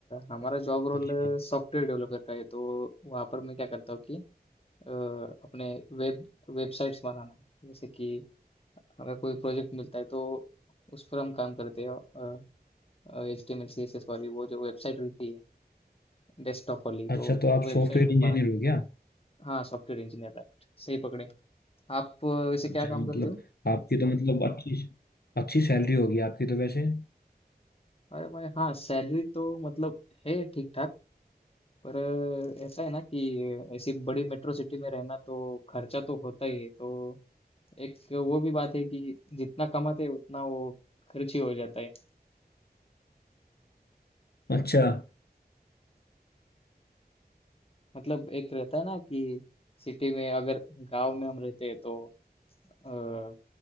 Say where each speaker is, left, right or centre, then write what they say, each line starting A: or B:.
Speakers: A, on the left; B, on the left.
A: हमारा जॉब रोल
B: अच्छा
A: सॉफ्टवेयर डेवलपर का है तो वहाँ पर मैं क्या करता हूँ कि अ, अपने वेब वेबसाइट्स बनाना जैसे कि हमें कोई प्रोजेक्ट मिलता है तो उस पर हम काम करते हैं एच टी एम एल सी एस एस वाली वो जो वेबसाइट रहती है डेस्कटॉप वाली
B: अच्छा
A: तो
B: तो आप
A: वो वेबसाइट
B: सॉफ्टवेयर
A: हम
B: इंजीनियर
A: बनाते
B: हो गया
A: हैं हाँ सॉफ्टवेयर इंजीनियर राइट सही पकड़े आप अ, वैसे
B: अच्छा
A: क्या काम
B: मतलब
A: करते हो
B: आपकी तो मतलब अच्छी अच्छी सैलरी होगी आपकी तो वैसे
A: अरे भाई हाँ सैलरी तो मतलब है ठीक ठाक पर अ, ऐसा है ना कि ऐसी बड़ी मेट्रो सिटी में रहना तो खर्चा तो होता ही है तो एक वो भी बात है कि जितना कमाते हैं उतना वो खर्च ही हो जाता है
B: अच्छा
A: मतलब एक रहता है ना कि सिटी में अगर गांव में हम रहते हैं तो अ,